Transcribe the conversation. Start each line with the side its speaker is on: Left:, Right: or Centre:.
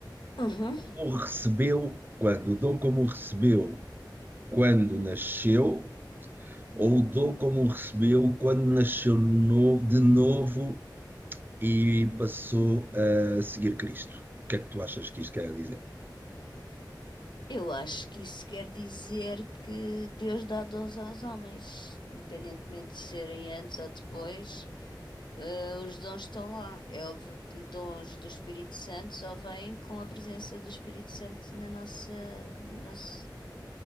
Left: Uhum.
Right: como o recebeu quando? O dom como o recebeu quando nasceu, ou o dom como o recebeu quando nasceu novo, de novo e passou a seguir Cristo. O que é que tu achas que isto quer dizer?
Left: Eu acho que isso quer dizer que Deus dá dons aos homens, independentemente de serem antes ou depois, eh, os dons estão lá. É óbvio que dons do Espírito Santo só vêm com a presença do Espírito Santo na nossa, na nossa,